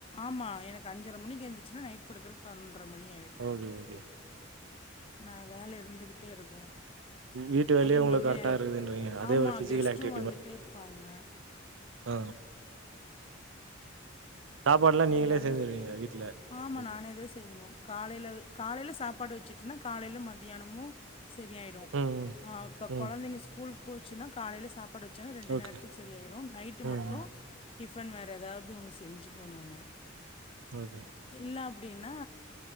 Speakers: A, on the left; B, on the right.
A: ஆமா எனக்கு அஞ்சர மணிக்கி எந்துருச்சேன்னா நைட் படுக்கறக்கு பதினொன்ற மணி
B: ஓகே ஓகே
A: நா வேல இருந்துகிட்டே இருக்கூ
B: வீட்டு வேலையே
A: அதுவும்
B: உங்களுக்கு
A: இல்லாம
B: கரெக்டா
A: எது
B: இருக்குதுன்றீங்க அதே
A: ஆமா
B: ஒரு பிசிக்கல்
A: கெஸ்ட்டும்
B: ஆக்டிவிட்டி
A: வந்துட்டேருப்பாங்க
B: மா ஆ சாப்பாடுலா
A: அதனால
B: நீங்களே செஞ்சுருவீங்க வீட்ல
A: ஆமா
B: ஓகே
A: நானே தா செய்யணு காலையில காலையில சாப்பாடு சிட்டுனா காலயில மத்தியானமு சரியாயிடு
B: ம் ம்
A: அ இப்ப
B: ம்
A: கொழந்தங்க ஸ்கூலக்கு போச்சுன்னா காலையில சாப்பாடு வச்சேன்னா ரெண்டு
B: ஓகே
A: நேரத்துக்கு சரி ஆயிரு நைட்டு
B: ம்
A: மட்டு
B: ம்
A: டிஃபன் வேற ஏதாவ்து ஒன்னு செஞ்சுக்குவேன் நானு
B: ஓகே
A: இல்ல அப்டின்னா